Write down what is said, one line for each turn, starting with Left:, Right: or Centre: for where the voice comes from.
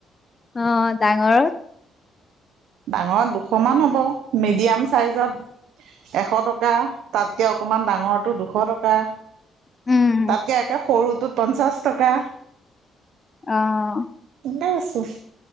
Left: অ ডাঙৰ
Right: ডাঙৰত দুশমান হ'ব মিডিয়াম চাইজত এশ টকা তাতকৈ অকণমান ডাঙৰটো দুশ টকা।
Left: উম
Right: তাতকে একে সৰু তোৰ পঞ্চাছ টকা।
Left: আহ
Right: এনে আছো।